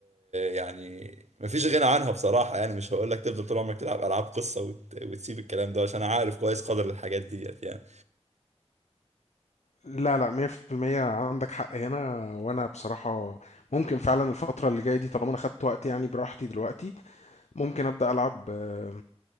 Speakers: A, on the right; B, on the left.
A: يعني مفيش غنى عنها بصراحة يعني مش هقول لك تفضل طول عمرك تلعب ألعاب قصة وت... وتسيب الكلام ده عشان أنا عارف كويس قدر الحاجات ديت يعني
B: لا لا 100% عندك حق هنا وأنا بصراحة ممكن فعلا الفترة اللي جاية دي طالما أنا خدت وقت يعني براحتي دلوقتي ممكن أبدأ ألعب آه،